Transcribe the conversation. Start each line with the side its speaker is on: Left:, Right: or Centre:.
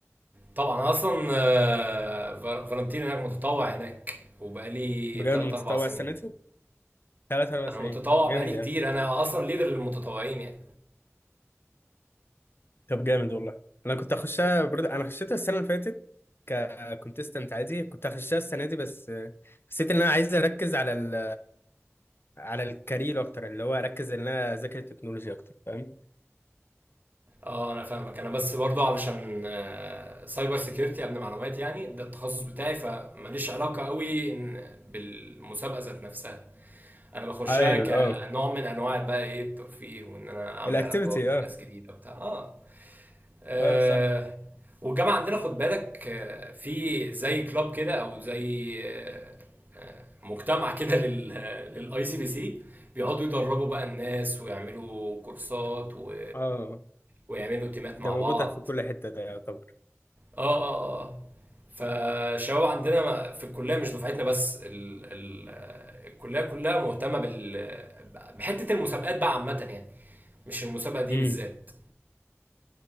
Right: طبعا انا اصلا آه، فا- فالنتين هناك متطوع هناك وبقالي
Left: بجد
Right: 3
Left: متطوع
Right: 4 سنين
Left: السنه دي ثلاث اربع سنين
Right: انا متطوع
Left: طب جامد
Right: بقالي
Left: يعني
Right: كتير انا اصلا ليدر للمتطوعين يعني
Left: طب جامد والله انا كنت اخشها برد... انا خشيتها السنه اللي فاتت ككونتستنت عادي كنت هخشها السنه دي بس حسيت ان انا عايز اركز على ال... على الكارير اكتر اللي هو اركز ان انا اذاكر التكنولوجيا اكتر فاهم
Right: اه انا فاهمك انا بس برضو علشان آه، سايبر سيكيورتي امن معلومات يعني ده التخصص بتاعي فماليش علاقه قوي إن بالمسابقه ذات نفسها انا بخشها
Left: ايوه
Right: كنوع
Left: اه
Right: من انواع بقى ايه الترفيه وان انا اعمل
Left: الاكتيفيتي
Right: علاقات وناس
Left: اه
Right: جديده وبتاع اه آه،
Left: اه صح
Right: والجامعه عندنا خد بالك آه، في زي كلاب كده او زي آه، آه، مجتمع كده <laughs> لل للاي سي بي سي بيقعدوا يدربوا بقى الناس ويعملوا كورسات و...
Left: اه
Right: ويعملوا تيمات
Left: ده
Right: مع
Left: موجود
Right: بعض
Left: في كل حته ده يعتبر
Right: اه اه اه آه. فالشباب عندنا ما- في الكليه مش دفعتنا بس ال... ال... آه، الكليه كلها مهتمه بال آه، بحته المسابقات بقى عامه يعني مش المسابقه دي
Left: امم
Right: بالذات